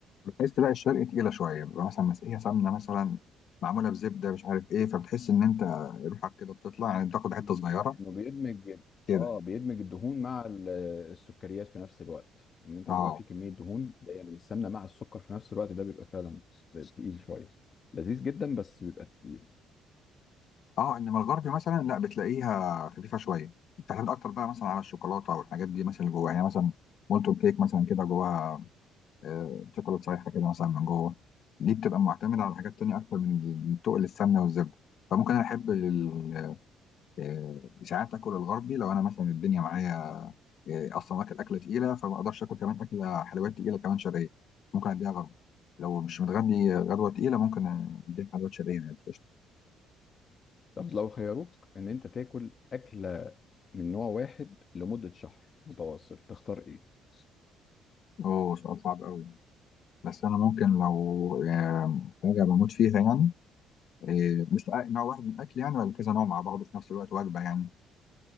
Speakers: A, on the left (about 60°); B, on the left (about 40°).
A: بتحس تلاقي الشرق تقيله شويه بيبقى مثلا مسقيه سمنه مثلا معموله بزبده مش عارف ايه فبتحس ان انت روحك كده بتطلع يعني بتاخد
B: انه
A: حته صغيره
B: بيدمج
A: كده
B: اه بيدمج الدهون مع ال- السكريات في نفس الوقت ان انت
A: اه
B: بيبقى فيه كميه دهون جايه من السمنه مع السكر في نفس الوقت ده بيبقى فعلا تقيل شويه لذيذ جدا بس بيبقى تقيل
A: اه انما الغربي مثلا لا بتلاقيها خفيفه شويه بتعتمد اكتر بقى مثلا على الشوكولاته والحاجات دي مثلا اللي جواها يعني مثلا مولتون كيك مثلا كده جواها آه، شوكولاته سايحه كده مثلا من جوه دي بتبقى معتمده على حاجات تانية اكتر من من تقل السمنه والزبده فممكن انا احب ال- آه، ساعات اكل الغربي لو انا مثلا الدنيا معايا آه، اصلا واكل اكله تقيله فما اقدرش اكل كمان اكله حلويات تقيله كمان شرقيه ممكن اديها غربي لو مش متغدي غدوه تقيله ممكن اديها حلويات شرقيه عادي قشطة.
B: طب لو خيروك ان انت تاكل اكله من نوع واحد لمده شهر متواصل تختار ايه؟
A: اوه سؤال صعب قوي بس انا ممكن لو آم، حاجه بموت فيها يعني آه، مش أ- نوع واحد من الاكل يعني ولا كذا نوع مع بعضه في نفس الوقت وجبه يعني